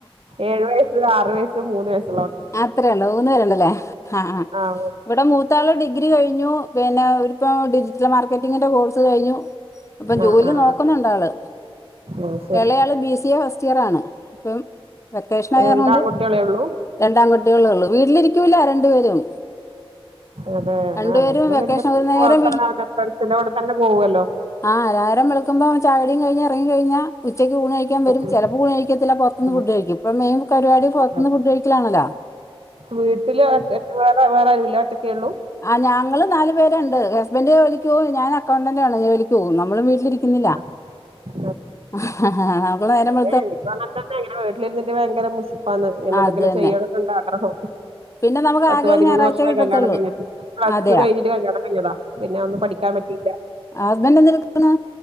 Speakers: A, on the right (about 70°); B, on the left (about 30°).
A: ഏഴ് വയസ്സ് ആറ് വയസ് മൂന്ന് വയസ്സ്
B: അത്രയുള്ളൂ മൂന്ന് പേരുള്ളുലേ ആഹ് ആഹ്
A: ആ
B: ഇവിടെ ഡിഗ്രി കഴിഞ്ഞു പിന്നെ ഒരിപ്പം ഡിജിറ്റൽ മാർക്കറ്റിങ്ങിന്റെ കോഴ്സ് കഴിഞ്ഞു അപ്പൊ
A: ആ അതെ അതെ ആ
B: ജോലി
A: ആ
B: നോക്കുന്നുണ്ട്
A: ആ
B: ആള്
A: അത് ശരി
B: ഇളയാള് B C A first year ആണ് പ്പം വെക്കേഷൻ ആയിറഞ്ഞോണ്ട്
A: രണ്ട് ആൺകുട്ടികളേ ഉള്ളൂ
B: രണ്ടാംകുട്ടികളള്ളൂ വീട്ടിലിരിക്കൂല രണ്ടുപേരും
A: അതെ
B: രണ്ടുപേരും
A: ആ അവരില്ലാം
B: വെക്കേഷൻ
A: വല്യ
B: ഒരു നേരം
A: പൊറത്തിറങാന് ഫ്രണ്ട്സിന്റെ കൂടെ തന്നെ പോവല്ലോ
B: ആഹ നേരം വെളുക്കുമ്പോ ചായക്കുടീം കയിഞ്ഞു ഇറങ്ങി കഴിഞ്ഞാ ഉച്ചക്ക് ഊണ് ക്കാൻ വരും
A: ഉം
B: ചിലപ്പോ ഊണ് കഴിക്കത്തില്ല പോറത്തുന്നു
A: ഉം
B: ഫുഡ് കഴിക്കും ഇപ്പൊ മെയിൻ പരിപാടി പൊറത്തുന്ന്
A: ഉം അതെ
B: ഫുഡ് കഴിക്കലാണല്ലോ
A: വീട്ടില് ഒറ്റ വേറെ വേറാരുല്ല ഒറ്റക്കെള്ളൂ
B: ആഹ് ഞങ്ങള് നാല് പേരുണ്ട് ഹസ്ബന്ഡറ് ജോലിക്ക് പോവും ഞാൻ അക്കൗണ്ടന്റാണ് ജോലിക്ക് പോവും നമ്മളും വീട്ടിലിരിക്കുന്നില്ല
A: <inaudible>
B: ആഹ് ആഹ് ആ
A: ഏ് എനിക്കങ്ങനെ തന്നെ ഇങ്ങനെ വീട്ടിലിരുന്നിട്ട് ഭയര മുഷപ്പന്ന് ഇങ്ങനെ എന്തെങ്കിലും
B: അത് തന്നെ
A: ചെയ്യണം എന്നുണ്ട ആഗ്രഹം
B: പിന്നെ നമുക്ക്
A: പത്ത്
B: ആകെ
A: പതിമൂന്ന്
B: ഒരു ഞായറാഴ്ച കിട്ടത്തുള്ളൂ
A: കല്യാണം കഴിഞ്ഞ്ട്ട് പ്ലസ്
B: അതെയാ
A: റ്റു കഴിഞ്ഞിട്ട് കല്യാണം കഴഞ്ഞതാ പിന്നെ ഒന്നും പഠിക്കാൻ പറ്റിയില്ല
B: ആ ഹസ്ബൻഡറ് എന്തെക്കുന്ന്